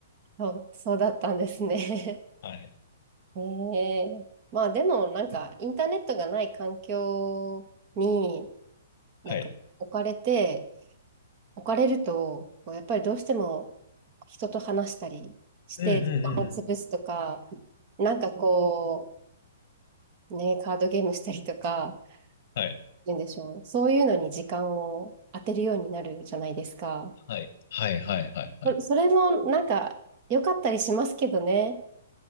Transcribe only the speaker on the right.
そう、そうだったんですね。
<laughs> ねえ。まあでもなんかインターネットがない環境になんか置かれて、
置かれると、こうやっぱりどうしても人と話したりして時間を潰すとか、
なんかこう、ね、カードゲームしたりとか、
言うんでしょう。そういうのに時間を当てるようになるじゃないですか。
そそれもなんか良かったりしますけどね。